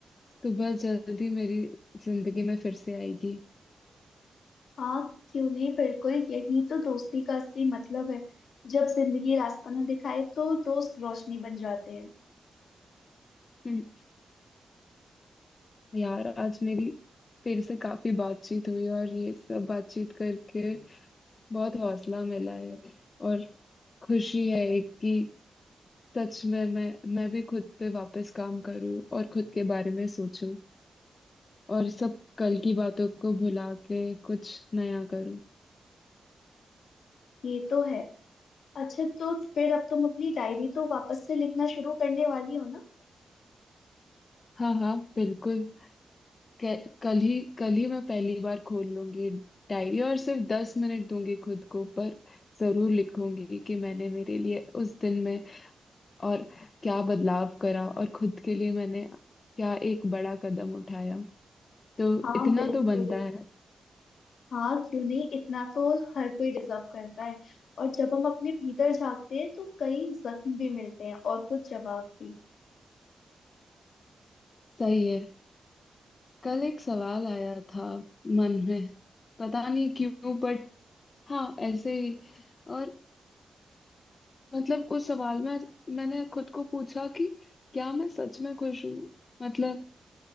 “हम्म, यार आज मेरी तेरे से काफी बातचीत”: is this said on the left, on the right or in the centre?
Left